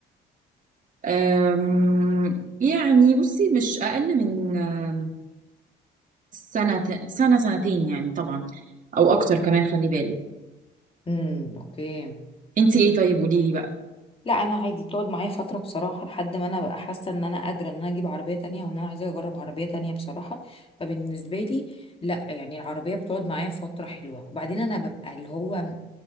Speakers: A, on the right (about 40°); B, on the left (about 30°).
A: أم يعني بصي مش اقل من أم، سنه سنه سنتين يعني طبعا او اكتر كمان خلي بالك
B: امم اوكي
A: انت ايه طيب قولي لي بقى
B: لا انا عادي بتقعد معايا فترة بصراحة لحد ما انا بقى حاسة ان انا قادرة ان انا اجيب عربية تانية وان انا عايزة اجرب عربية تانية بصراحة فبالنسبة لي لا يعني العربية بتقعد معايا فترة حلوة وبعدين انا ببقى اللي هو